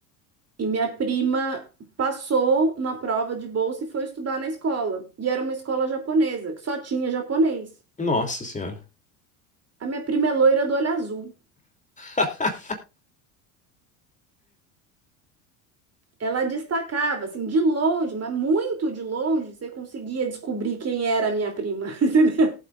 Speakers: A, on the right (about 35°); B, on the left (about 15°).
A: E minha prima passou na prova de bolsa e foi estudar na escola. E era uma escola japonesa, que só tinha japonês.
B: Nossa senhora.
A: A minha prima é loira do olho azul.
B: <laughs>
A: ela destacava, assim, de longe, mas muito de longe, você conseguia descobrir quem era a minha prima, <laughs> entendeu?